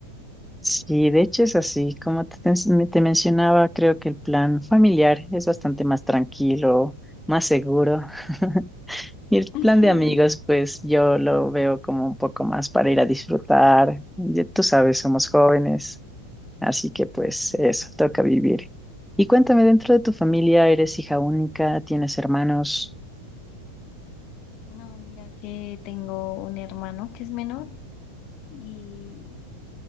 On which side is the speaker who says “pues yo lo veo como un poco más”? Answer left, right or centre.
Centre